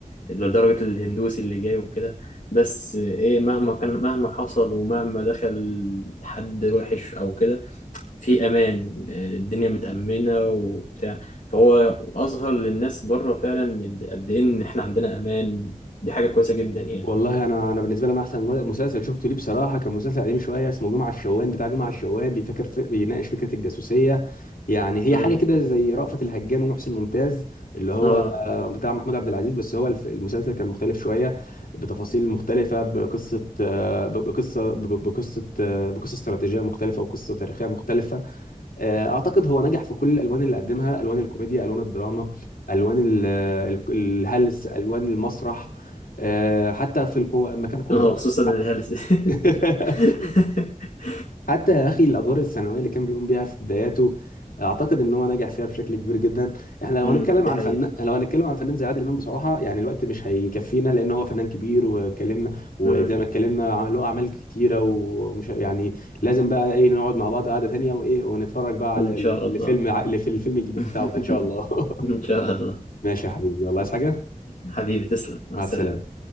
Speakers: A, on the left; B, on the left.
A: لدرجة الهندوسي اللي جاي وكده بس آه، ايه مهما كان مهما حصل ومهما دخل حد وحش او كده في امان الدنيا متامنه وبتاع فهو اظهر للناس بره فعلا إن قد ايه ان احنا عندنا امان دي حاجه كويسه جدا يعني
B: والله انا انا بالنسبه لي انا احسن مسلسل شفته ليه بصراحه كان مسلسل قديم شويه اسمه جمعه الشوان بتاع جمعه الشوان بيفكر في بيناقش فكره الجاسوسيه يعني هي
A: امم
B: حاجه كده زي رأفت الهجان ومحسن ممتاز اللي هو
A: اه
B: آه، بتاع محمود عبد العزيز بس هو الف- المسلسل كان مختلف شويه بتفاصيل مختلفه بقصه آه، ب- بقصه ب- ب- بقصه آه، بقصه استراتيجيه مختلفه وقصه تاريخيه مختلفه آه، اعتقد هو نجح في كل الالوان اللي قدمها الوان الكوميديا الوان الدراما الوان ال- آه، ال- الهلس الوان المسرح آه، حتى في الكو- مكان كومبارس
A: اه خصوصا الهلس
B: <laughs>
A: <laughs>
B: حتى يا اخي الادوار الثانويه اللي كان بيقوم بيها في بداياته اعتقد ان هو نجح فيها بشكل كبير جدا احنا لو
A: امم
B: هنتكلم
A: دي
B: عن
A: حقيقه
B: فنان لو هنتكلم عن فنان زي عادل امام بصراحه يعني الوقت مش هيكفينا لان هو فنان كبير واتكلمنا وزي
A: امم
B: ما اتكلمنا عم- له اعمال كتيره ومش يعني لازم بقى ايه نقعد مع بعض قعده تانيه وايه ونتفرج بقى على
A: ان
B: ال-
A: شاء الله
B: الفيلم ع- اللي في الفيلم الجديد
A: <laughs>
B: بتاعه بقى ان شاء الله <laughs>
A: ان شاء الله
B: ماشي يا حبيبي يلا عايز حاجه
A: حبيبي تسلم مع
B: مع
A: السلامه
B: السلامه